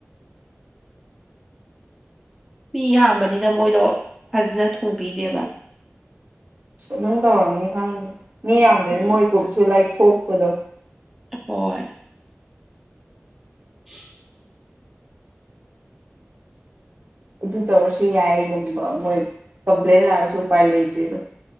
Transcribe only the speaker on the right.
ꯑꯁ ꯑꯗꯨꯝ ꯇꯧꯔꯝꯅꯤ ꯈꯪꯉꯤꯅꯦ ꯃꯤ ꯌꯥꯝꯗꯔꯗꯤ
ꯃꯣꯏ ꯀꯨꯛꯁꯨ ꯂꯥꯏꯊꯣꯛꯄꯗꯣ
ꯑꯗꯨ ꯇꯧꯔꯁꯨ ꯌꯥꯏꯒꯨꯝꯕ ꯃꯣꯏ ꯀꯝꯄ꯭ꯂꯦꯟ ꯂꯥꯛꯔꯁꯨ ꯎꯄꯥꯏ ꯂꯩꯇꯣꯏꯗꯣ